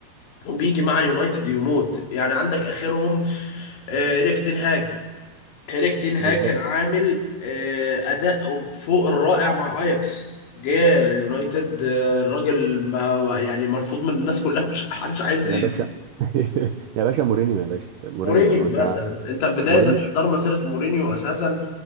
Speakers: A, on the left; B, on the right.
A: وبيجي مع اليونايتد يموت يعني عندك اخرهم آه، ايريك تين هاج ايريك تين هاج
B: بالظبط
A: كان عامل آه، اداء فوق الرائع مع اياكس جه اليونايتد آه، الراجل بقى يعني مرفوض من الناس كلها مش <laughs> حدش عايز
B: يا
A: ي-
B: باشا <laughs> يا باشا مورينيو يا باشا مورينيو
A: مورينيو
B: انت
A: مثلا انت بداية
B: مورينيو
A: انحدار مسيرة مورينيو اساسا